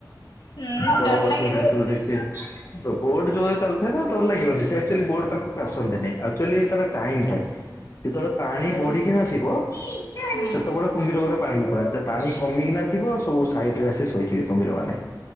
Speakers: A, on the left (about 80°); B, on the left (about 45°).
A: ହୁଁ
B: ବଡ଼
A: ଡର
B: ବଡ଼
A: ଲାଗେନି
B: କୁମ୍ଭୀର ସବୁ ଦେଖିବେ ତ ବୋଟ ଯୋରେ ଚାଲ ଥିବ ଡର ଲାଗିବନି ସେ ଆକ୍ଚୁଆଲି ବୋଟ୍ ପାଖକୁ ତ ଆସନ୍ତି ନାଇଁ, ଆକ୍ଚୁଆଲି ତାର ଟାଇମ୍ ଥାଏ ଯେତେବେଳେ ପାଣି
A: ଆଛା
B: ବଢିକିନା ଥିବ,
A: ହୁଁ
B: ସେତେବେଳେ କୁମ୍ଭିର ଉରା ପାଣି କି ପଳାନ୍ତି। ପାଣି କମିକିଣା ଥିବ ସବୁ ସାଇଡ ରେ ଆସି ଶୋଇଥିବେ କୁମ୍ଭୀର ମାନେ,